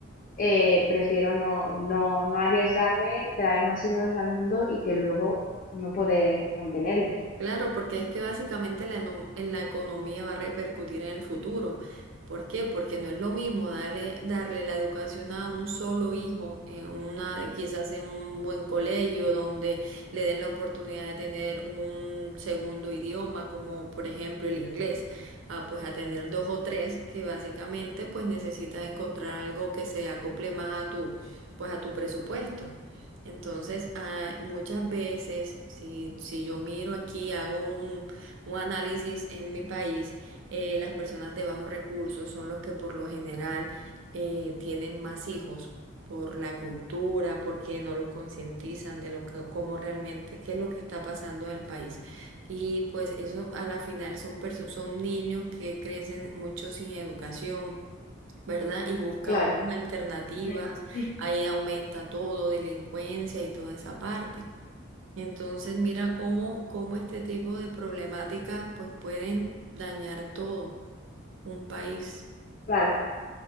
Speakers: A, on the left; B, on the right.
A: eh, prefiero no, no, no arriesgarme, traer más hijos al mundo y que luego no poder mantenerlos.
B: Claro, porque es que básicamente la, eno- en la economía va a repercutir en el futuro. ¿Por qué? Porque no es lo mismo darle, darle la educación a un solo hijo, en una, quizás en un buen colegio donde le den la oportunidad de tener un segundo idioma, como por ejemplo el inglés, a, pues a tener dos o tres que básicamente pues necesitas encontrar algo que se acople más a tu, pues a tu presupuesto. Entonces, ah, muchas veces, si, si yo miro aquí, hago un, un análisis en mi país, eh, las personas de bajos recursos son los que por lo general eh, tienen más hijos por la cultura, porque no los concientizan de lo que, cómo realmente, qué es lo que está pasando en el país. Y pues eso a la final son perso- son niños que crecen mucho sin educación ¿verdad? Y buscan
A: Claro,
B: otras alternativas,
A: <clears throat>
B: ahí aumenta todo, delincuencia y toda esa parte. Entonces, mira cómo, cómo este tipo de problemáticas pues pueden dañar todo un país,
A: claro.